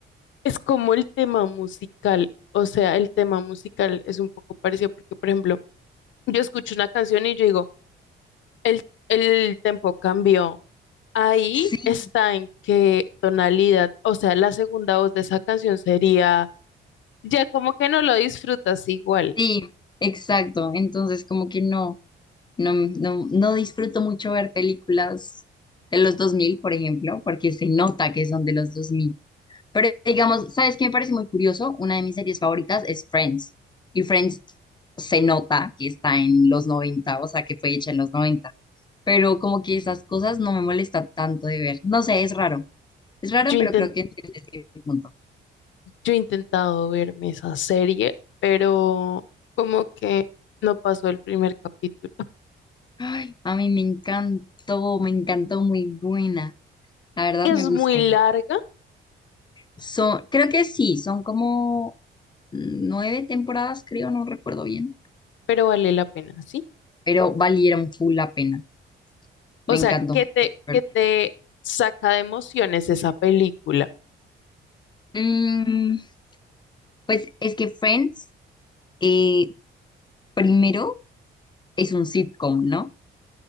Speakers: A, on the left; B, on the left.
A: Es como el tema musical. O sea, el tema musical es un poco parecido porque, por ejemplo, yo escucho una canción y yo digo, El, el tempo cambió. Ahí
B: Sí,
A: está en qué tonalidad, o sea, la segunda voz de esa canción sería, ya como que no lo disfrutas igual.
B: sí, exacto. Entonces como que no. No, no, no disfruto mucho ver películas de los 2000 por ejemplo, porque se nota que son de los dos mil Pero digamos, ¿sabes qué me parece muy curioso? Una de mis series favoritas es Friends. Y Friends se nota que está en los noventa o sea, que fue hecha en los noventa Pero como que esas cosas no me molesta tanto de ver. No sé, es raro. Es raro,
A: Yo,
B: pero
A: inten-
B: creo que entiendes mi punto.
A: yo he intentado verme esa serie, pero como que no pasó el primer capítulo. <laughs>
B: Ay, a mí me encantó, me encantó, muy buena. La verdad
A: Es
B: me gustó
A: muy
B: mucho.
A: larga,
B: Son, creo que sí, son como nueve temporadas, creo, no recuerdo bien,
A: pero vale la pena, ¿sí?
B: pero valieron full la pena.
A: O
B: Me
A: sea,
B: encantó.
A: que te,
B: Perfecto.
A: que te saca de emociones esa película.
B: Mm, pues es que Friends, eh, primero, es un sitcom, ¿no?